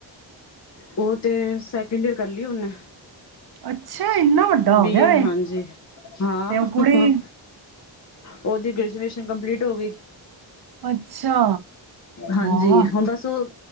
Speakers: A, on the left; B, on the right.
A: ਉਹ ਤੇ, ਸੈਕਿੰਡ ਈਅਰ ਕਰ ਲਈ ਉਹਨੇ।
B: ਅੱਛਾ ਇੰਨਾ ਵੱਡਾ
A: ਬੀਏ,
B: ਹੋ ਗਿਆ ਵੇ
A: ਹਾਂਜੀ ਹਾਂ।
B: ਤੇ ਉਹ ਕੁੜੀ
A: ਉਹਦੀ ਗ੍ਰੈਜੂਏਸ਼ਨ ਕੰਪਲੀਟ ਹੋ ਗਈ।
B: ਅੱਛਾ
A: ਹਾਂਜੀ
B: ਵਾਹ
A: ਹੁਣ ਬਸ ਉਹ